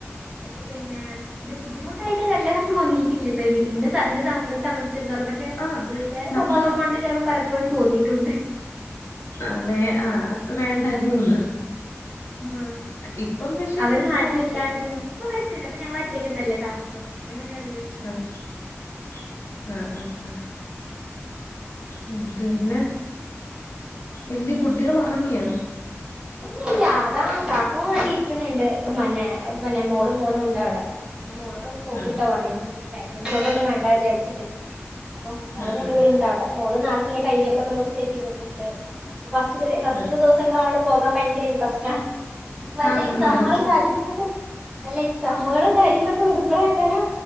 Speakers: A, on the right (about 20°); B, on the left (about 60°).
A: അത് പിന്നെ ഒരു ബുദ്ധിമുട്ടായിട്ട് കല്യാണം തോയിട്ടില്ല ഇനി ഇന്ന സംബന്ധിച്ചിത്തളംക്ഷെ പക്ഷെ
B: ആ
A: വീട്ടുകാര
B: നമ്മുടെ
A: സ്വഭാവം കൊണ്ട് ചിലപ്പോ പലപ്പോഴും തോന്നിയിട്ടുണ്ട്
B: ആ വേ ആ അപ്പ വേണ്ടായിരുന്നുന്ന്
A: ആഹ്
B: ഇപ്പം പക്ഷെ
A: അവര്
B: പിന്നെ
A: നാട്ടില
B: ഓക്കെ
A: ഇല്ലാണ്ട് ല്ല അ ഞങൾ ഒറ്റക്കല്ല താമസം അതുകൊ തന്ന വലിയ പ്രശ്നല്ല
B: ഉം ആഹ് ആഹ് ആഹ് ആഹ് ഉം പിന്നെ എന്ത്യെ കുട്ടികൾ ഇറങ്ങിയാ
A: ഇല്ലില്ല അതാ കാർട്ടൂൺ കണ്ട് ഇരിക്കുന്നുണ്ട് മന്നെ പിന്നെ മോള് മോനും ഉണ്ട് അവിടെ ന് മോള് അവിന്ന് നോക്കിട്ടോ
B: ആ
A: പറയും ഇപ്പൊ ബാക്ക്ഗ്രൗണ്ട് ോട്ടൊന്നും വേണ്ടാ വിചാരിചിട്ട് അപ്പൊ എവിടെ
B: ആ
A: രണ്ടുപേരുണ്ട്
B: ആ
A: അവിടെ ഓള് നാളേക്കുള്ള ടൈം ടേബിൾ ഒക്കെ നോക്കീട്ട് സെറ്റുചെയ്യുന്നുണ്ട് ഫസ്റ്റ് പീരിയഡ് ഫസ്ത്തെ
B: ആ
A: ദിവസങ്ങള പോകാൻ ഭയങ്കര ഇൻട്രസ്റ്റ് ആണ് വല്ല
B: അതാണ്
A: എക്സാമുകളും
B: അതാണ്
A: കാര്യ അല്ല എക്സാമുകളും കാര്യങ്ങളൊക്കെ വരുമ്പോഴക്കാരം